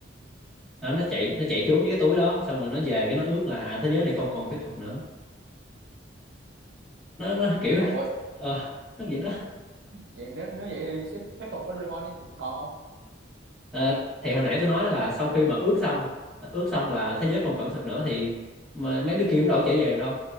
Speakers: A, in the centre; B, on the right (about 70°).
A: Đó, nó chạy
B: Ừ.
A: nó chạy trốn với cái túi đó xong rồi nó về cái nó ước là à thế giới này không còn phép thuật nữa. Nó, nó kiểu
B: rồi
A: ờ, nó vậy đó.
B: vậy nếu nếu vậy thì phép thuật của Doraemon còn không
A: Ờ, thì hồi nãy tôi nói là sau khi mà ước xong ước xong là
B: Ờ
A: thế giới không còn có thật nữa thì mà mấy đứa kia cũng đâu có trở về được đâu